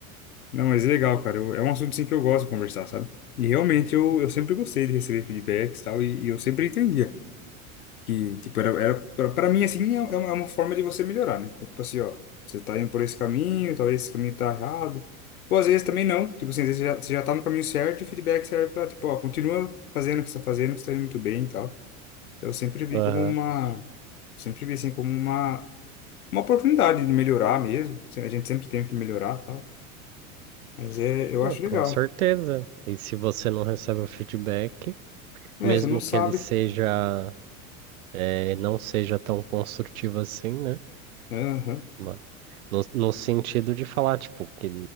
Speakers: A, on the left (about 85°); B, on the right (about 75°).
A: Não, mas é legal, cara. Eu- é um assunto assim, que eu gosto de conversar, sabe? E realmente eu, eu sempre gostei de receber feedbacks e tal, e, e eu sempre entendia. Que, tipo, era, era, pra pra mim, assim, é é uma, é uma forma de você melhorar, né? Então, tipo assim, ó, você tá indo por esse caminho, talvez esse caminho tá errado. Ou às vezes também não. Tipo assim, às vezes você já, você já tá no caminho certo e o feedback serve pra, tipo, ó, continua fazendo o que você tá fazendo, que você tá indo muito bem e tal. Então, Eu sempre vi
B: Aham.
A: como uma... Sempre vi, assim, como uma, uma oportunidade de melhorar mesmo. Assim, A gente sempre tem que melhorar e tal. Mas é, eu
B: Não,
A: acho legal.
B: com certeza. E se você não recebe o feedback,
A: É,
B: mesmo
A: você não sabe.
B: que ele seja, eh, não seja tão construtivo assim, né?
A: Aham.
B: Mas No, no sentido de falar, tipo, que,